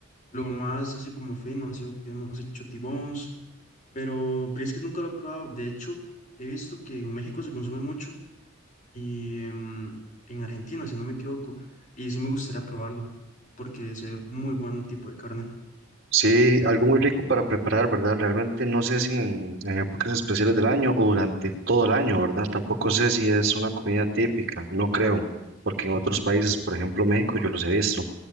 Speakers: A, on the left; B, on the right.
A: lo más así como fino ha sido que hemos hecho T-bones, pero brisket nunca lo he probado. De hecho, he visto que en México se consume mucho. y em, en Argentina, si no me equivoco. Y sí me gustaría probarlo, porque es muy buen tipo de carne.
B: Sí, algo muy rico para preparar, ¿verdad? Realmente no sé si en, en épocas especiales del año o durante todo el año, ¿verdad? Tampoco sé si es una comida típica, no creo, porque en otros países, por ejemplo México, yo los he visto.